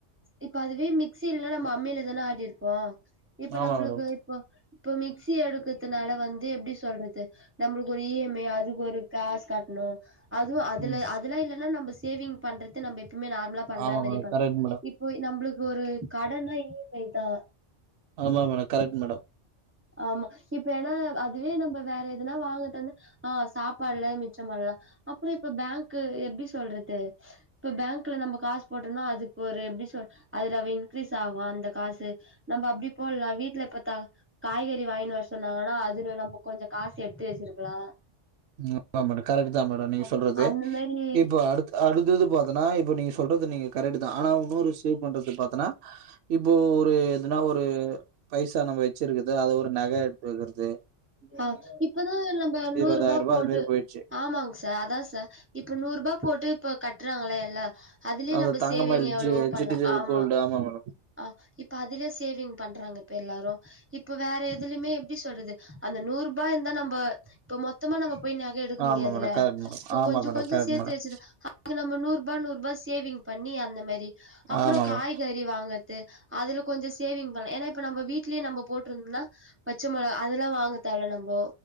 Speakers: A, on the right; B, on the right.
A: இப்ப அதுவே மிக்சி இல்லனா நம்ப அம்மில தானே ஆட்டிருப்போம் இப்ப
B: ஆமா
A: நம்மளுக்கு
B: மேடம்
A: இப்போ இப்ப மிக்சி எடுக்கதுனால வந்து எப்டி சொல்றது நம்மளுக்கு ஒரு இஎம்ஐ அதுக்கு ஒரு காஸ் காட்டணு அதுவுஅதுல
B: ம்
A: அதெல்லா இல்ல னா நம்ம சேவிங் பண்றது நம்ப எப்பவுமே நார்மலா பண்ற
B: ஆமா
A: மாதிரி
B: மேடம்
A: பண்ணு
B: கரெக்ட் மேடம்
A: இப் போ நம்பளுக்கு ஒரு கடன்னா இ எம் ஐ தா
B: ஆமா மேடம் கரெக்ட் மேடம்
A: ஆமா இப்ப ஏன்னா அதுவே நம்ப வேற எதுனா வாங்கதா இந்தா ஆ சாப்பாடுல மிச்சம் பண்லா அப்புறோ இப்ப பேங்க்கு எப்டி சொல்றது இப்ப பேங்க்ல நம்ம காசு போட்டோம்னா அதுக்கு ஒரு எப்படி சொல் அதுல ரவ இன்க்கிரீஸ் ஆகு அந்த காசு நம்ப அப்டி போடலா வீட்ல பத்தாங்க காய்கறி வாங்கின்னு வர சொன்னாங்கன்னா அதுல நம்ப கொஞ்சோ காசு எடுத்து வச்சிருக்கலா
B: உ மேடம் கரெக்ட்டு தா மேடம் நீங்க சொல்றது
A: அந்த மாரி
B: இப்ப அடுத் அடுத்தது பாத்தனா இப்ப நீங்க சொல்றது நீங்க கரெக்ட்டு தா ஆனா இன்னொரு சேவ் பண்றது பாத்தனா இப்போ ஒரு எதுனா ஒரு பைசா நம்ம வச்சிருக்குது அத ஒரு நக எடுத்து வக்கிறது
A: ஆ இப்பதா நம்ப நூறு
B: இருபதாயிரம்
A: ரூபா போட்டு
B: அது மாரி போயிடுச்சு
A: ஆமாங்க சார் அதா சார் இப்ப நூறு ரூபா போட்டு இப்ப கட்டுறாங்கள எல்லா அதுலயே
B: அந்த
A: நம்ப
B: தங்கமயில்
A: சேவிங் எவ்ளவோ
B: ஜி
A: பண்லா
B: டிஜிட்டல்
A: ஆமா
B: கோல்டு மேடம்
A: ஆ இப்ப அதுலயே சேவிங் பண்றாங்க இப்ப எல்லாரு இப்ப வேற எதுலயுமே எப்டி சொல்றது அந்த நூறு ரூபா இருந்தா நம்ப இப்ப மொத்தமா நம்ப போய் நக எடுக்க
B: ஆமா
A: முடியாதுல்ல
B: மேடம் கரெக்ட் மேடம்
A: இப்ப
B: ஆமா
A: கொஞ்சோ
B: மேடம்
A: கொஞ்சோ
B: கரெக்ட்
A: சேத்து
B: மேடம்
A: வச்சுதா அதுக்கு நம்ப நூறு ரூபா நூறு ரூபா சேவிங் பண்ணி அந்த மேரி அப்புறோ
B: ஆமா
A: காய்க
B: மேடம்
A: றி வாங்கறது அதுல கொஞ்சோ சேவிங் பண்ணலா ஏன்னா இப்ப நம்ப வீட்லயே நம்ப போட்டிருந்தோம்னா பச்ச மொளக அதெல்லா வாங்க தேவல நம்போ